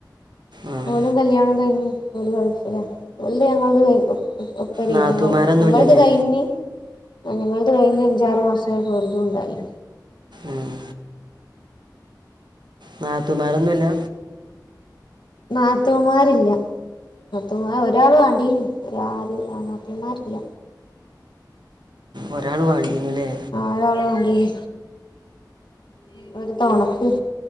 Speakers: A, on the right; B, on the left.
A: ആഹ്
B: ഓലും കല്യാണം കഴിഞ് ഓല് ഗൾഫിലാ <unintelligible> ഞങ്ങള് ത് കഴിഞ്ഞു ഇപ്പ പറയുന്ന
A: നാത്തൂമാരൊന്നുല്ലല്ലേ
B: <unintelligible> ഞങ്ങൾ <unintelligible> ഞങ്ങൾത് കയിഞ്ഞ് ആഹ് ഞങ്ങൾത്. കഴിഞ്ഞ് അഞ്ചാറു മാസായപ്പം ഓല്തുണ്ടായി
A: ആഹ് നാത്തൂമ്മാരൊന്നുല്ല
B: നാത്തൂമാര് ഇല്ല നാത്തൂമാര് ഒരാളു വണ്ടീന്നി. <unintelligible> നാത്തൂ മ്മാര് ഇല്ല
A: ഒരാളു വേണ്ടീനുല്ലേ
B: ആഹ് ഒരാളു വാണ്ടീന്നി ഉം ഒരു തൊണക്ക്